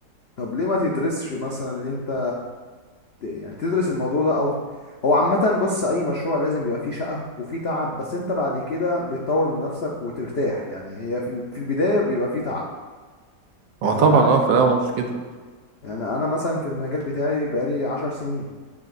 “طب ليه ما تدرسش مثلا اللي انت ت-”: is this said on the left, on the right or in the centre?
Left